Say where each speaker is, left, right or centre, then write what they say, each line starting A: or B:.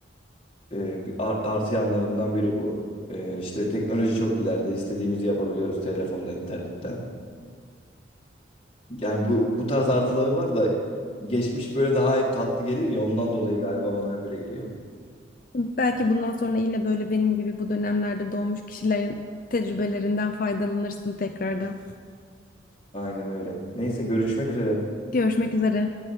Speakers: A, on the left; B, on the left.
A: E, art- artı yanlarından biri bu. E, işte teknoloji çok ileride. İstediğimizi yapabiliyoruz telefonda, internetten. Yani bu bu tarz artıları var da geçmiş böyle daha hep tatlı gelir ya ondan dolayı galiba bana öyle geliyor.
B: Belki bundan sonra yine böyle benim gibi bu dönemlerde doğmuş kişilerin tecrübelerinden faydalanırsın tekrardan.
A: Aynen öyle. Neyse görüşmek üzere.
B: Görüşmek üzere.